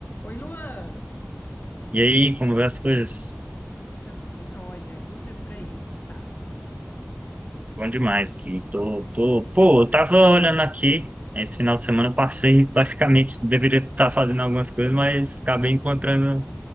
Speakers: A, on the left; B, on the right.
A: Oi, Luan!
B: E aí, como vai as coisas?
A: Aqui tá tudo jóia. E você por aí, como que tá?
B: Bom demais aqui. Tô, tô... Pô, eu tava olhando aqui, esse final de semana eu passei, basicamente, deveria estar fazendo algumas coisas, mas acabei encontrando